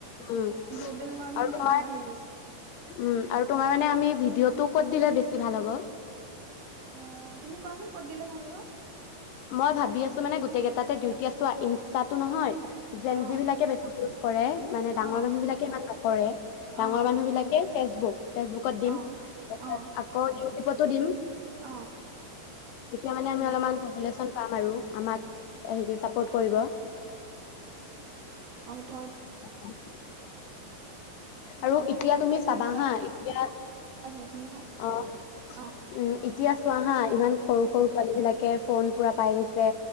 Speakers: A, on the left (about 80°); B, on the right (about 50°).
A: উম,
B: গ্ল'বেল ৱাৰ্মিং
A: আৰু তোমাৰ
B: কিমান বাঢ়ি গৈছে।
A: উম আৰু তোমাৰ মানে আমি ভিডিঅ'টো ক'ত দিলে বেছি ভাল হ'ব
B: অ তুমি কোৱাচোন কত দিলে ভাল হ'ব
A: মই ভাবি আছো মানে গোটেই কেইটাতে ডুউ এতিয়া চোৱা ইনষ্টাটো নহয় যেন
B: অ
A: যি বিলাকে বেছি ইউজ কৰে মানে ডাঙৰ
B: অ
A: মানুহ বিলাকে ইমান নকৰে ডাঙৰ
B: অ
A: মানুহ বিলাকে ফেচবুক ফেচবুকত দিম
B: অ
A: তাৰি
B: অ
A: আকৌ ইউটিউবতো দিম
B: অ
A: তেতিয়া মানে আমি
B: উম
A: অলপমান কব পাম আৰু আমক হেৰী ফটো কৰিব
B: তোমাৰ
A: <inaudible> আৰু
B: চবকে
A: এতিয়া তুমি
B: টেগ
A: চাবা
B: কৰি দিবা
A: হা, এতিয়া
B: যোনখিনি থাকে
A: অ',
B: অ
A: উম, এতিয়া চোৱা হা ইমান সৰু-সৰু পোৱালীবিলাক কে ফোন পুৰা পাই গৈছে,